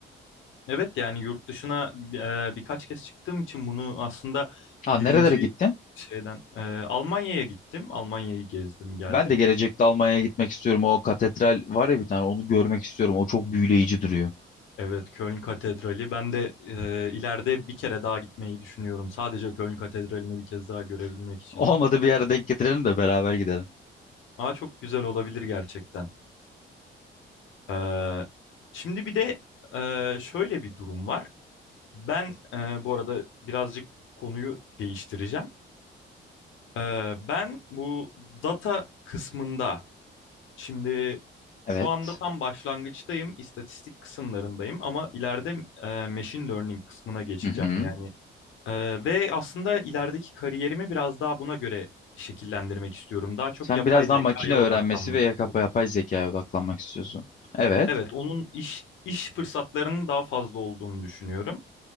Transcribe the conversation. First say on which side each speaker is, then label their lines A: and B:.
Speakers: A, on the left; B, on the left.
A: Evet yani yurt dışına e, birkaç kez çıktığım için bunu aslında
B: Ha
A: birinci
B: nerelere gittin?
A: şeyden e, Almanya'ya gittim. Almanya'yı gezdim, geldim.
B: Ben de gelecekte Almanya'ya gitmek istiyorum. O katedral var ya bir tane onu görmek istiyorum. O çok büyüleyici duruyor.
A: Evet, Köln Katedrali. Ben de e, ileride bir kere daha gitmeyi düşünüyorum. Sadece Köln Katedrali'ni bir kez daha görebilmek
B: <laughs>
A: için.
B: Olmadı bir yere denk getirelim de beraber gidelim.
A: Aa, çok güzel olabilir gerçekten. Ee, şimdi bir de e, şöyle bir durum var. Ben e, bu arada birazcık konuyu değiştireceğim. Ee, ben bu data kısmında şimdi
B: Evet.
A: şu anda tam başlangıçtayım, istatistik kısımlarındayım ama ileride e, machine learning kısmına geçeceğim.
B: Hı hı.
A: Yani Ee, ve aslında ilerideki kariyerimi biraz daha buna göre şekillendirmek istiyorum. Daha çok
B: Sen
A: yapay
B: biraz
A: zekaya
B: daha makine öğrenmesi
A: odaklanmak
B: ve yapa-
A: istiyorum.
B: yapay zekaya odaklanmak istiyorsun. Evet,
A: Evet, onun iş iş fırsatlarının daha fazla olduğunu düşünüyorum.